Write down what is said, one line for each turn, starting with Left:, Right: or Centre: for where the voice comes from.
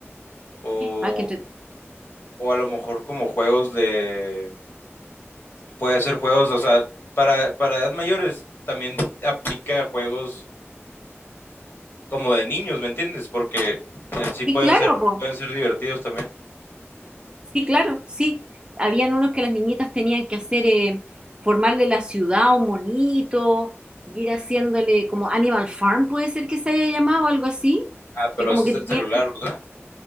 Left: o,
Right: Ah, qué entre-
Left: o a lo mejor como juegos de puede hacer juegos, o sea, para, para edad mayores también aplica juegos como de niños, ¿me entiendes? Porque en sí pueden
Right: Sí, claro,
Left: ser,
Right: po.
Left: pueden ser divertidos también.
Right: Sí, claro, sí. Habían unos que las niñitas tenían que hacer, eh, formarle la ciudad a un monito, y ir haciéndole como Animal Farm, puede ser que se haya llamado, algo así,
Left: Ah, pero
Right: que como
Left: ese
Right: que
Left: es el
Right: tenían
Left: celular,
Right: que...
Left: ¿verdad?